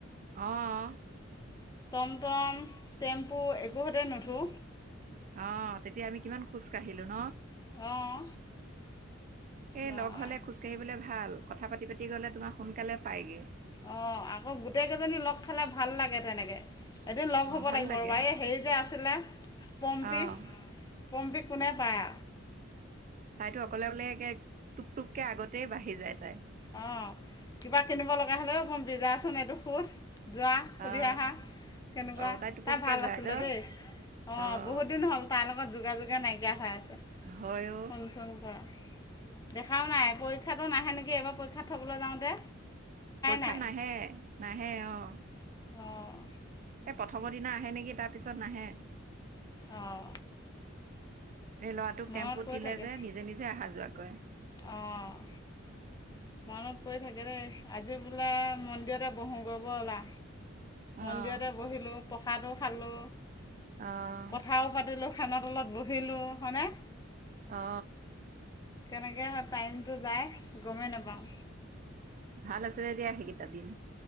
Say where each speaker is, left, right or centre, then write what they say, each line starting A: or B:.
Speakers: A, on the right; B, on the left.
A: অহঁ।
B: টমটম, টেম্পু একো হতে নুঠো।
A: অঁ তেতিয়া আমি কিমান খোজ কাঢ়িলো ন?
B: অঁ
A: এ
B: বা
A: লগ হলে খোজকাাঢ়িবলে ভাল। কথা পাতি পাতি গ'লে তোমাক সোনকালে পায়গৈ।
B: অঁ আকৌ গোটেই কেইজনী লগ খালে ভাল লাগে তেনেকে। এদিন লগ
A: অ',
B: হ'ব
A: ভাল
B: লাগিব
A: লাগে
B: ৰ'বা, এই হেৰি যে আছিলে পম্পী
A: অ',
B: পম্পী কোনে পায়।
A: তাইতো অকলে অকলে টুক টুককে আগতেই বাঢ়ি যায় তাই।
B: অঁ কিবা কিনিব লগা হ'লেও পম্পীজাচোন এইটো খোজ। যোৱা সুধি
A: অ',
B: আহা কেনেকুৱা,
A: অ', তাই টোপকে
B: তাৰ ভাল
A: যায়
B: আছিলে
A: ন
B: দেই। অঁ
A: অ',
B: বহুত দিন হ'ল তাৰ লগত যোগাযোগে নাইা। হৈ আছে
A: হয় অ',
B: ফোন চোন কৰা দেখাও নাই পৰীক্ষাটো নাহে নেকি এবাৰ। পৰীক্ষাত থ'বলৈ যাওঁতে
A: পৰীক্ষাত
B: নাই
A: নাহে নাহে অঁ, এই
B: অঁ
A: প। প্ৰথমৰ দিনা আহে নেকি তাৰপিছত নাহে।
B: অঁ
A: লৰাটোক
B: মনত
A: টেম্পুত
B: পৰি
A: দিলে
B: থাকে
A: যে নিজে নিজে অহা যোৱা কৈয়।
B: অঁ মনত পৰি থাকে দেই, আজি বোলা মন্দিৰতে বহুংগে বলা।
A: আহ
B: মন্দিৰতে বহিলো প্ৰসাদো খালোঁ,
A: আহ
B: কথাও পাতিলোঁ, ফেনৰ তলত বহিলোঁ হয়নে।
A: অ।
B: কেনেকৈ হয় টাইমটো যায় গমেই নাপাওঁ।
A: ভাল আছিলে দিয়া হেইকিটা দিন।